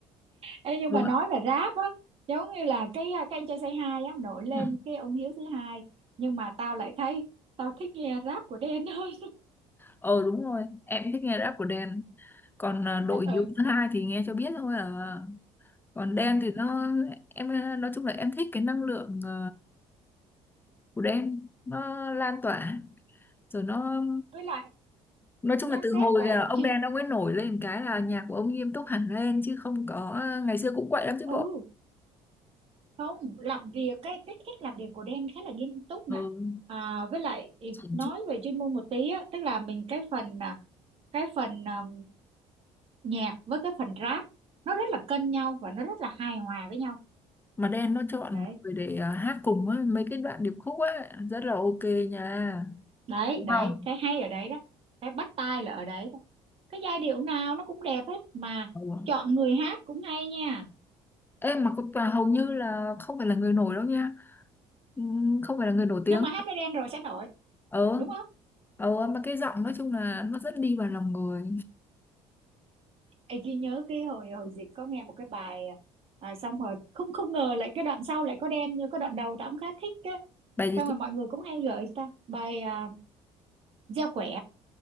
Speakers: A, on the right; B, on the left.
A: Ê, nhưng
B: đúng
A: mà
B: rồi
A: nói về rap á giống như là cái à, cái anh trai say hi á nổi lên
B: ừ.
A: cái ông Hiếu thứ hai nhưng mà tao lại thấy tao thích nghe rap của Đen hơn
B: ờ đúng rồi em thích nghe rap của Đen còn à, đội
A: ừ.
B: yếu thứ hai thì nghe cho biết thôi à còn
A: ừ.
B: Đen thì nó em à, nói chung là em thích cái năng lượng à, của Đen nó lan tỏa rồi nó
A: với lại
B: nói
A: nhá
B: chung là từ
A: xét
B: hồi
A: về
B: là ông
A: chuyên
B: Đen ông ấy nổi lên cái là nhạc của ông nghiêm túc hẳn lên chứ không có ngày xưa cũng quậy lắm chứ
A: ừ
B: bộ
A: không làm việc cái cái cách làm việc của Dan khá là nghiêm túc nè
B: ừ.
A: à, với lại ý-
B: chỉnh
A: nói
B: chút
A: về chuyên môn một tí á, tức là mình cái phần à, cái phần à, nhạc với cái phần rap nó rất là cân nhau và nó rất là hài hòa với nhau
B: mà Đen nó chọn
A: đấy
B: người để à, hát cùng ấy, mấy cái đoạn điệp khúc ấy rất là ok nha
A: đấy
B: đúng
A: đấy
B: không
A: cái hay ở đấy đó cái bắt tai là ở đấy đó cái giai điệu nào nó cũng đẹp hết mà
B: ừ.
A: chọn người hát cũng hay nha
B: em mà có- và hầu như là không phải là người nổi đâu nha Ừ, không phải là người nổi tiếng
A: nhưng mà hát với Dan rồi sẽ nổi
B: ờ
A: đúng không
B: ờ mà cái giọng nói chung là nó rất đi vào lòng người
A: Ê, Duy nhớ cái hồi hồi dịch có nghe một cái bài à, xong rồi không không ngờ lại cái đoạn sau lại có đen như cái đoạn đầu tao cũng khá thích á
B: bài gì
A: xong
B: chứ?
A: rồi mọi người cũng hay gửi cho tao bài à, gieo quẻ